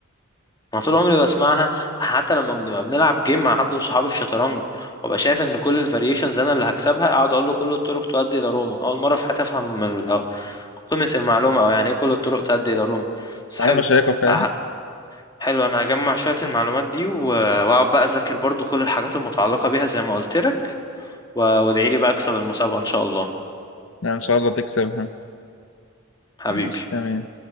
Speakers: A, on the left (about 20°); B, on the left (about 70°).
A: انا طول عمري بسمعها حتى لما بنبقى بنلعب جيم مع حد من صحابي في شطرنج وابقى شايف ان كل الفاريشنز انا اللي هكسبها اقعد اقول له كل الطرق تؤدي الى روما اول مره في حياتي افهم ال- قيمه المعلومه او يعني ايه كل الطرق تؤدي الى روما بس
B: معلومة
A: حلو
B: شيقة فعلا
A: أه-
B: <laughs>
A: حلو انا هجمع شويه المعلومات دي و- واقعد بقى اذاكر برضو كل الحاجات المتعلقه بيها زي ما قلت لك و- وادعي لي بقى اكسب المسابقه ان شاء الله
B: لا إن شاء الله تكسبها
A: حبيبي
B: ماشي تمام